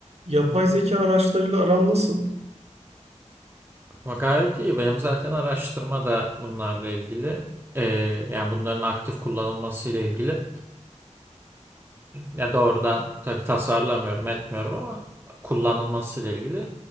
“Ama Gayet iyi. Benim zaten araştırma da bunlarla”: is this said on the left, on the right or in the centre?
Right